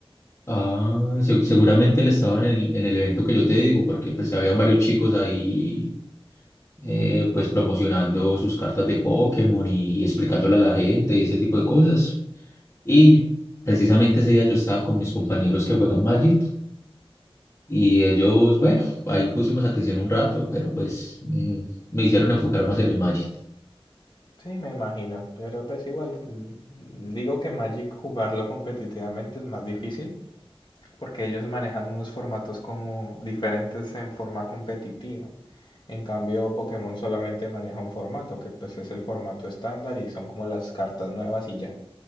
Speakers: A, on the left; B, on the left.
A: Ah, se- seguramente él estaba en el, en el evento que yo te digo, porque pues habían varios chicos ahí eh, pues promocionando sus cartas de Pokémon y, y explicándole a la gente y ese tipo de cosas. Y precisamente ese día yo estaba con mis compañeros que juegan Magic y ellos, bueno, ahí pusimos atención un rato, pero pues mm, me hicieron enfocar más en el Magic.
B: Sí, me imagino, pero pues igual, mm, digo que Magic jugarlo competitivamente es más difícil. porque ellos manejan unos formatos como diferentes en forma competitiva. En cambio, Pokémon solamente maneja un formato, que pues es el formato estándar y son como las cartas nuevas y ya.